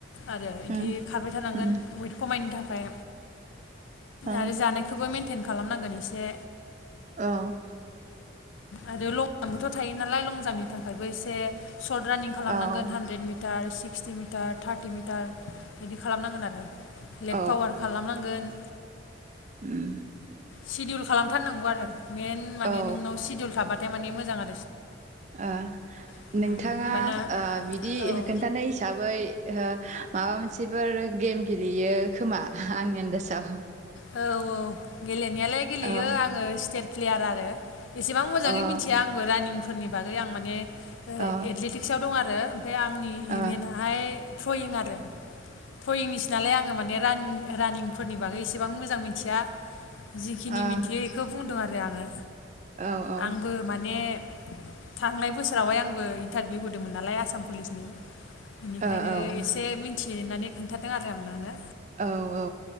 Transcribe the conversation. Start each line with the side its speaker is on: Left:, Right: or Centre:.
Left: आरो बिदि
Right: उम
Left: खारबाय थानांगोन
Right: उम
Left: वेट खमायनो थाखाय
Right: ओं
Left: आरो जानायखौबो मेन जगिं खालामनांगोन इसे
Right: औ
Left: आरो लं जाम्पबोथ' थायो नालाय लं जाम्पनि थाखायबो एसे सर्ट रानिं खालामनांगोन
Right: औ
Left: हानद्रेद मिट metre sixty metre thirty metre बिदि खालामनांगोन आरो
Right: औ
Left: लेग पावार खालामनांगोन।
Right: उम
Left: सिडउल खालामथारनांगौ आरो मेन माने
Right: औ
Left: नोंनाव सिडउल थाबाथाय माने मोजांयानो।
Right: ओ
Left: उम,
Right: नोंथाङा
Left: होमबाना
Right: ओ बिदि
Left: औ
Right: खोन्थानाय हिसाबै माबा ओ मोनसे बिफोर गेम गेलेयो खोमा आंनि आन्दासाव।
Left: औ गेलेनायालाय गेलेयो
Right: अ
Left: आङो स्टेट प्लेयार आरो एसेबां मोजाङै
Right: अ
Left: मिथिया आंबो रानिं फोरनि बागै आं माने।
Right: अ
Left: एथलेटिक्सआव दं आरो ओमफ्राय आंनि
Right: अ
Left: इभेन्टआहाय। थ्रयिं आरो। थ्रयिंनिसो नालाय आङो माने राननिं रानिंफोरनि बागै एसे बेसेबां मोजां मिथिया। जिखिनि
Right: अ औ
Left: मिन्थियो बेखौ बुंदों आरो। ओफ्राय आङो।
Right: औ ओ
Left: आंबो माने थांनाय बोसोरावहाय आं आंबो इन्टारभिउ होदोंमोन नालाय आसाम पुलिसनि बेनिखायनो
Right: ओ औ
Left: एसे मिथिनानै खोनन्थादों आरो आं नोंनो
Right: औ औ